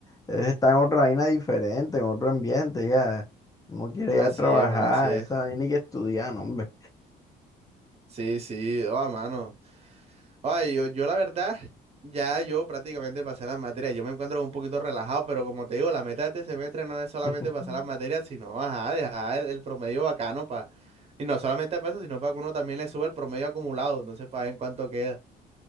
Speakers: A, on the left; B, on the right.
A: es estar en otra vaina diferente, en otro ambiente, ya. Uno quiere
B: Así
A: ya trabajar,
B: es, mano, así es.
A: esa vaina y que estudiar, no, hombre.
B: Sí, sí, oh, a mano. Ay, yo, yo la verdad, ya yo prácticamente pasé las materias, yo me encuentro un poquito relajado, pero como te digo, la meta de este semestre no es solamente
A: <laughs>
B: pasar las materias, sino, ajá, dejar el, el promedio bacano Y no solamente para eso, sino para que uno también le suba el promedio acumulado. No sé para ver en cuánto queda.